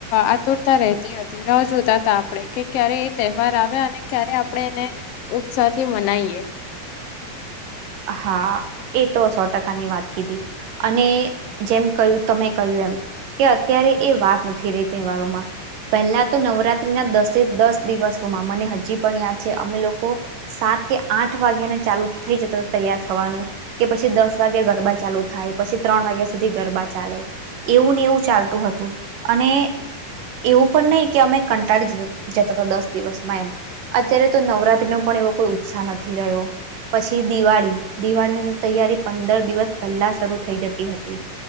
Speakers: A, on the left; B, on the right.
A: આતુરતા રતી હતી ર જોતા હતા આપણે કે ક્યારે એ તહેવાર અને ક્યારે આપણે એને ઉત્સાહથી મનાઈએ
B: હા એ તો સો ટકા ની વાત કીધી અને જેમ કહ્યું તમે કહ્યું એમ કે અત્યારે એ વાત નથી રહી તહેવારોમાં પહેલા તો નવરાત્રી ના દસે દસ દિવસોમાં મને હજી પણ યાદ છે અમે લોકો સાત સાત કે આઠ વાગ્યા ને ચાલુ થઈ જતો તૈયાર થવાનું કે પછી દસ વાગે ગરબા ચાલુ થાય પછી ત્રણ વાગ્યા સુધી ગરબા ચાલે એવું ને એવું ચાલતું હતું અને એવું પણ નહીં કે અમે કંટાળી જતા હતા દસ દિવસમાં એમ અત્યારે તો નવરાત્રી ના પણ એવો કોઈ ઉત્સાહ નથી રહ્યો પછી દિવાળી દિવાળીની તૈયારી પંદર દિવસ પહેલા શરૂથઈ જતી હતી